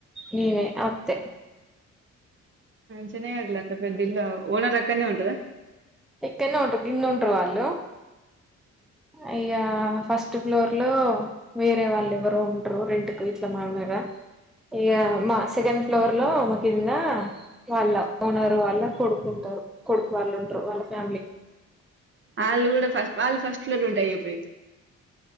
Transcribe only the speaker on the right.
చెననేట్లే అంత పెద్దిల్ ఓనర్ అక్కనే ఉంటదా
వాళ్ళు కూడా ఫస్ట్ వాళ్ళు ఫస్ట్ లోనే ఉంటా అయిపోయి